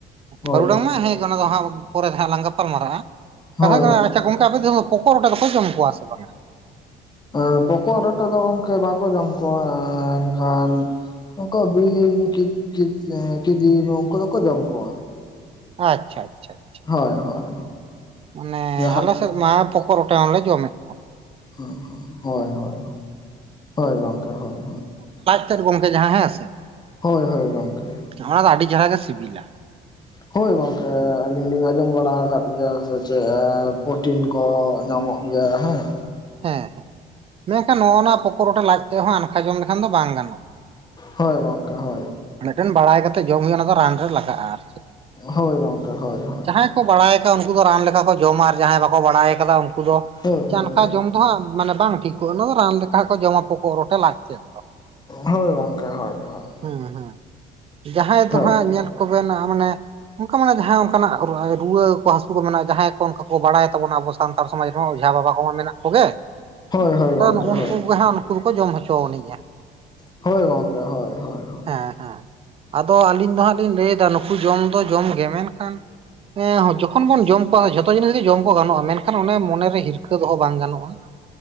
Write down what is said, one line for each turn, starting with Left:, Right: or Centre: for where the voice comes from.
Left: ᱦᱳᱭ
Right: ᱵᱟᱹᱨᱩᱰᱟᱝ
Left: ᱦᱳᱭ
Right: ᱢᱟ ᱦᱮᱸ ᱜᱮ ᱚᱱᱟ ᱫᱚ ᱦᱟᱸᱜ ᱯᱚᱨᱮ ᱫᱚ ᱦᱟᱸᱜ ᱞᱟᱝ ᱜᱟᱯᱟᱞᱢᱟᱨᱟᱜᱼᱟ ᱾ ᱠᱟᱛᱷᱟ
Left: ᱦᱳᱭ
Right: ᱠᱟᱱᱟ ᱟᱪᱪᱷᱟ ᱜᱚᱝᱠᱮ ᱟᱯᱮ ᱥᱮᱜ ᱫᱚ ᱯᱚᱠᱚᱜ ᱨᱚᱴᱮ ᱵᱟᱠᱚ ᱡᱚᱢ ᱠᱚᱣᱟ ᱥᱮ ᱵᱟᱝ ᱦᱟᱸᱜ?
Left: ᱟᱹ ᱯᱚᱠᱚᱜ ᱨᱚᱴᱮ ᱫᱚ ᱜᱚᱝᱠᱮ ᱵᱟᱠᱚ ᱡᱚᱢ ᱠᱚᱣᱟ ᱮᱱᱠᱷᱟᱱ ᱩᱝᱠᱩ ᱵᱤᱧ ᱠᱤᱫ-ᱠᱤᱫ-ᱠᱤᱫᱤᱧ ᱩᱝᱠᱩ ᱫᱚᱠᱚ ᱡᱚᱢ ᱠᱚᱣᱟ ᱾
Right: ᱟᱪᱪᱷᱟ ᱟᱪᱪᱷᱟ ᱟᱪᱪᱷᱟ᱾
Left: ᱦᱳᱭ ᱦᱳᱭ᱾
Right: ᱢᱟᱱᱮ
Left: ᱡᱟᱦᱟᱸ
Right: ᱟᱞᱮ ᱥᱮᱜ ᱢᱟ ᱯᱚᱠᱚᱜ ᱨᱚᱴᱮ ᱦᱚᱸ ᱞᱮ ᱡᱚᱢᱮᱜ
Left: <inaudible> ᱦᱳᱭ ᱦᱳᱭ ᱦᱳᱭ ᱦᱳᱭ ᱜᱚᱝᱠᱮ ᱦᱳᱭ᱾
Right: ᱪᱮᱛ ᱜᱚᱝᱠᱮ ᱡᱟᱦᱟᱸ ᱦᱮᱸ ᱥᱮ?
Left: ᱦᱳᱭ ᱦᱳᱭ ᱜᱚᱝᱠᱮ ᱾
Right: ᱚᱱᱟ ᱫᱚ ᱟᱹᱰᱤ ᱪᱮᱦᱨᱟ ᱜᱮ ᱥᱤᱵᱤᱞᱟ ᱾
Left: ᱦᱳᱭ ᱜᱚᱝᱠᱮ ᱟᱹᱞᱤᱧ ᱞᱤᱧ ᱟᱸᱡᱚᱢ ᱵᱟᱲᱟ ᱟᱠᱟᱫ ᱜᱮᱭᱟ ᱥᱮ ᱪᱮᱫ ᱯᱨᱚᱴᱤᱱ ᱠᱚ ᱧᱟᱢᱚᱜ ᱤᱭᱟ ᱦᱮᱸ ᱾
Right: ᱦᱮᱸ ᱦᱮᱸ ᱢᱮᱱᱠᱷᱟᱱ ᱱᱚᱜᱼᱱᱟ ᱯᱚᱠᱚᱜ ᱨᱚᱴᱮ ᱞᱟᱡ ᱛᱮ ᱦᱚᱸ ᱟᱱᱠᱷᱟ ᱡᱚᱢ ᱞᱮᱠᱷᱟᱱ ᱫᱚ ᱵᱟᱝ ᱜᱟᱱᱚᱜᱼᱟ ᱾
Left: ᱦᱳᱭ ᱜᱚᱝᱠᱮ ᱦᱳ
Right: ᱢᱮᱫᱴᱮᱱ ᱵᱟᱲᱟᱭ ᱠᱟᱛᱮᱜ ᱡᱚᱢ ᱦᱳᱭᱳᱜᱼᱟ ᱚᱱᱟ ᱫᱚ ᱨᱟᱱ ᱨᱮ ᱞᱟᱜᱟᱜᱼᱟ ᱟᱨ ᱪᱮᱜ᱾
Left: ᱦᱳᱭ ᱜᱚᱝᱠᱮ ᱦᱳᱭ ᱦᱳᱭ᱾
Right: ᱡᱟᱦᱟᱸᱭ ᱠᱚ ᱵᱟᱲᱟᱭ ᱟᱠᱟᱫᱟ ᱩᱝᱠᱩ ᱫᱚ ᱨᱟᱱ ᱞᱮᱠᱟ ᱠᱚ ᱡᱚᱢᱟ ᱟᱨ ᱡᱟᱦᱟᱸᱭ ᱵᱟᱠᱚ ᱵᱟᱲᱟᱭ ᱟᱠᱟᱫᱟ ᱩᱝᱠᱩ ᱫᱚ,
Left: ᱦᱳᱭ
Right: ᱪᱟᱱᱠᱷᱟ
Left: ᱦᱳᱭ
Right: ᱡᱚᱢ ᱫᱚ ᱦᱟᱸᱜ ᱢᱟᱱᱮ ᱵᱟᱝ ᱴᱷᱤᱠᱚᱜᱼᱟ, ᱚᱱᱟ ᱫᱚ ᱨᱟᱱ ᱞᱮᱠᱟ ᱠᱚ ᱡᱚᱢᱟ ᱯᱚᱠᱚᱜ ᱨᱚᱴᱮ ᱞᱟᱡ ᱛᱮᱫ ᱾
Left: ᱦᱳᱭ ᱜᱚᱝᱠᱮ ᱦᱳᱭ᱾ ᱦᱳᱭ
Right: ᱦᱩᱸ ᱦᱩᱸ ᱡᱟᱦᱟᱸᱭ
Left: ᱦᱳᱭ
Right: ᱫᱚᱦᱟᱸᱜ ᱧᱮᱞ ᱠᱚᱵᱮᱱ ᱢᱟᱱᱮ ᱚᱝᱠᱟ ᱢᱟᱱᱟᱜ ᱡᱟᱦᱟᱸᱭ ᱚᱝᱠᱟᱱᱟᱜ ᱨᱩᱣᱟᱹ ᱠᱚ ᱦᱟᱹᱥᱩ ᱠᱚ ᱢᱮᱱᱟᱜᱼᱟ ᱡᱟᱦᱟᱸᱭ ᱠᱚ ᱚᱱᱠᱟ ᱠᱚ ᱵᱟᱲᱟᱭ ᱛᱟᱵᱚᱱᱟ ᱟᱵᱚ ᱥᱟᱱᱛᱟᱲ ᱥᱚᱢᱟᱡᱽ ᱨᱮ ᱦᱚᱸ ᱳᱡᱷᱟ ᱵᱟᱵᱟ ᱠᱚᱢᱟ ᱢᱮᱱᱟᱜ ᱠᱚᱜᱮ ᱾
Left: ᱦᱳᱭ ᱦᱳᱭ
Right: ᱛᱚ
Left: ᱜᱚᱝᱠᱮ
Right: ᱱᱚᱜᱼᱚ ᱱᱩᱠᱩ
Left: ᱦᱳᱭ
Right: ᱜᱮ ᱦᱟᱸᱜ ᱩᱱᱠᱩ ᱫᱚᱠᱚ ᱡᱚᱢ ᱦᱚᱪᱚ ᱟᱹᱱᱤᱡᱼᱟ ᱾
Left: ᱦᱳᱭ ᱜᱚᱝᱠᱮ᱾ ᱦᱳᱭ ᱦᱳᱭ ᱦᱳᱭ
Right: ᱦᱮᱸ ᱦᱮᱸ᱾ ᱟᱫᱚ ᱟᱹᱞᱤᱧ ᱫᱚ ᱦᱟᱸᱜ ᱞᱤᱧ ᱞᱟᱹᱭᱫᱟ ᱱᱩᱠᱩ ᱡᱚᱢ ᱫᱚ ᱡᱚᱢ ᱜᱮ ᱢᱮᱱᱠᱷᱟᱱ ᱦᱮᱸ ᱡᱚᱠᱷᱚᱱ ᱵᱚᱱ ᱡᱚᱢ ᱠᱚᱣᱟ ᱡᱚ ᱛᱚ ᱡᱤᱱᱤᱥ ᱜᱮ ᱡᱚᱢ ᱠᱚ ᱜᱟᱱᱚᱜᱼᱟ, ᱢᱮᱱᱠᱷᱟᱱ ᱚᱱᱮ ᱢᱚᱱᱮᱨᱮ ᱦᱤᱨᱠᱷᱟᱹ ᱫᱚᱦᱚ ᱵᱟᱝ ᱜᱟᱱᱚᱜᱼᱟ ᱾